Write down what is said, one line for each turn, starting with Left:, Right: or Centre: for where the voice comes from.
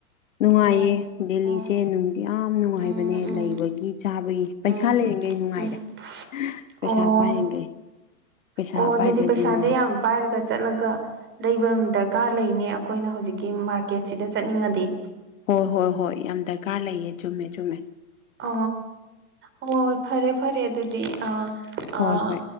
Left: ꯅꯨꯡꯉꯥꯏꯌꯦ
Right: ꯑꯣ
Left: ꯗꯦꯜꯂꯤꯁꯦ
Right: ꯑꯣ
Left: ꯅꯨꯡꯗꯤ ꯌꯥꯝ ꯅꯨꯡꯉꯥꯏꯕꯅꯦ
Right: ꯎꯝ ꯎꯝ
Left: ꯂꯩꯕꯒꯤ ꯆꯥꯕꯒꯤ ꯄꯩꯁꯥ
Right: ꯎꯝ
Left: ꯂꯩꯔꯤꯈꯩ ꯅꯨꯡꯉꯥꯏꯔꯦ
Right: ꯎꯝ
Left: ꯄꯩꯁꯥ
Right: ꯑꯣ
Left: ꯄꯥꯏꯔꯤꯈꯩ ꯄꯩꯁꯥ
Right: ꯑꯣ ꯑꯗꯨꯗꯤ
Left: ꯄꯥꯏꯗ꯭ꯔꯗꯤ
Right: ꯄꯩꯁꯥꯁꯦ
Left: ꯅꯨꯡꯉꯥꯏꯇꯦ
Right: ꯌꯥꯝ ꯄꯥꯏꯔꯒ ꯆꯠꯂꯒ ꯂꯩꯕ ꯑꯃ ꯗꯔꯀꯥꯔ ꯂꯩꯅꯦ ꯑꯩꯈꯣꯏꯅ ꯍꯧꯖꯤꯛꯀꯤ ꯃꯥꯔꯀꯦꯠꯁꯤꯗ ꯆꯠꯅꯤꯡꯉꯗꯤ
Left: ꯍꯣꯏ ꯍꯣꯏ ꯍꯣꯏ ꯌꯥꯝ ꯗꯔꯀꯥꯔ ꯂꯩꯌꯦ ꯆꯨꯝꯃꯦ ꯆꯨꯝꯃꯦ
Right: <unintelligible> ꯑꯣ ꯐꯔꯦ ꯐꯔꯦ ꯑꯗꯨꯗꯤ ꯑꯥ
Left: ꯍꯣꯏ
Right: ꯑꯥ
Left: ꯍꯣꯏ